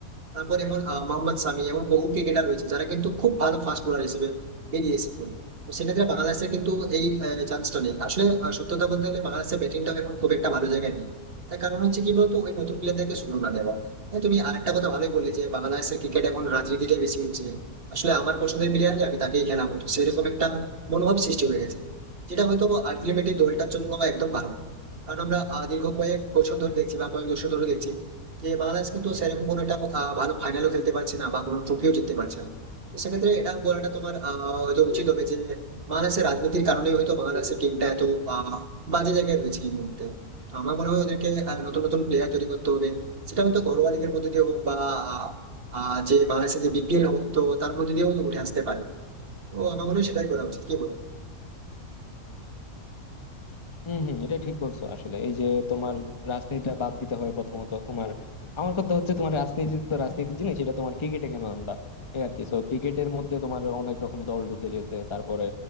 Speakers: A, on the right; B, on the left.
A: তারপর এমন আহ, মোহাম্মদ সামি এমন বহু ক্রিকেটার রয়েছে যারা কিন্তু খুব ভালো ফাস্ট বোলার হিসেবে বেরিয়ে এসেছেন তো সেক্ষেত্রে বাংলাদেশের কিন্তু এই চান্সটা নেই আসলে আহ, সত্যতা বলতে গেলে বাংলাদেশের ব্যাটিংটাও এখন খুব একটা ভালো জায়গায় নেই তার কারণ হচ্ছে কি বলতো ওই নতুন প্লেয়ারদেরকে সুযোগ না দেওয়া হ্যাঁ তুমি আরেকটা কথা ভালোই বললে যে বাংলাদেশের ক্রিকেট এখন রাজনীতিটাই বেশি হচ্ছে আসলে আমার পছন্দের প্লেয়ার আমি তাকেই খেলা হতো সেরকম একটা মনোভাব সৃষ্টি হয়ে গেছে যেটা হয়তো আলটিমেটলি দলটার জন্য একদম ভালো না। কারণ আমরা আহ, দীর্ঘ কয়েক বছর ধরে দেখছি বা কয়েক বছর ধরে দেখছি যে বাংলাদেশ কিন্তু সেরকম কোনো একটা আহ, ভালো ফাইনালও খেলতে পারছে না বা কোনো ট্রফিও জিততে পারছে না তো সেক্ষেত্রে এটা বলাটা তোমার আহ, হয়তো উচিত হবে যে বাংলাদেশের রাজনীতির কারণে হয়তো বাংলাদেশের টিমটা এত আহ, বাজে জায়গায় রয়েছে এই মুহূর্তে তো আমার মনে হয় ওদেরকে আহ, নতুন নতুন প্লেয়ার তৈরি করতে হবে সেটা হয়তো ঘরোয়া লিগের মধ্যে দিয়ে হোক বা আহ, আহ, যে বাংলাদেশের যে বিপিএল হোক তো তার মধ্যে দিয়েও উঠে আসতে পারে তো আমার মনে হয় সেটাই করা উচিত কি বলো
B: হম হম এটা ঠিক বলছো আসলে এই যে তোমার রাজনীতিটা বাদ দিতে হবে প্রথমত তোমার আমার কথা হচ্ছে তোমার রাজনীতি তো রাজনীতির জিনিস সেটা তোমার ক্রিকেটে কেন আনবা এই আর কি সো ক্রিকেটের মধ্যে তোমার অনেক রকম দল ঢুকে যেতে তারপরে